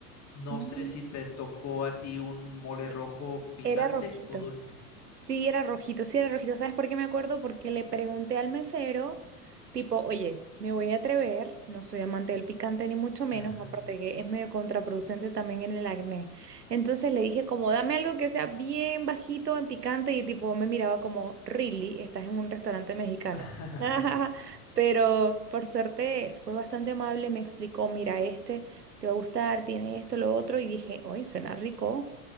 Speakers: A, on the left (about 35°); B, on the right (about 85°).
A: No
B: Mm.
A: sé si te tocó a ti un mole
B: Sí,
A: rojo picante
B: Era rojito.
A: o dulce.
B: Sí, era rojito, sí era rojito. ¿Sabes por qué me acuerdo? Porque le pregunté al mesero, tipo, oye, me voy a atrever, no soy amante del picante ni mucho menos,
A: Ajá.
B: aparte que es medio contraproducente también en el acné. Entonces le dije como, dame algo que sea bien bajito en picante y tipo me miraba como, really, estás en un restaurante mexicano.
A: <laughs>
B: <laughs> Pero por suerte fue bastante amable y me explicó, mira, este te va a gustar, tiene esto, lo otro, y dije, oye, suena rico.